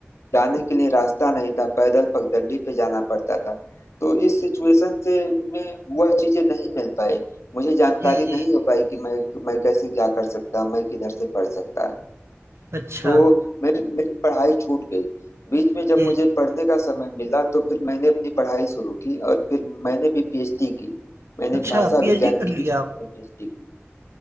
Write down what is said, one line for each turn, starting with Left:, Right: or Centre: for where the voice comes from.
Left: जाने के लिए रास्ता नहीं था पैदल पगडंडी पे जाना पड़ता था तो इस सिचुएशन से मैं वह चीजें नहीं मिल पाई मुझे जानकारी
Right: जी, जी,
Left: नहीं हो
Right: जी।
Left: पाई कि मैं मैं कैसे क्या कर सकता मैं किधर से पढ़ सकता
Right: अच्छा।
Left: तो मेरी मेरी पढ़ाई छूट गई बीच में जब
Right: जी,
Left: मुझे
Right: जी।
Left: पढ़ने का समय मिला तो फिर मैंने अपनी पढ़ाई शुरू की और फिर मैंने भी पीएचडी की मैंने
Right: अच्छा
Left: भाषा
Right: पीएचडी
Left: विज्ञान
Right: कर
Left: लिंग्विस्टिक्स
Right: लिया आप?
Left: में पीएचडी की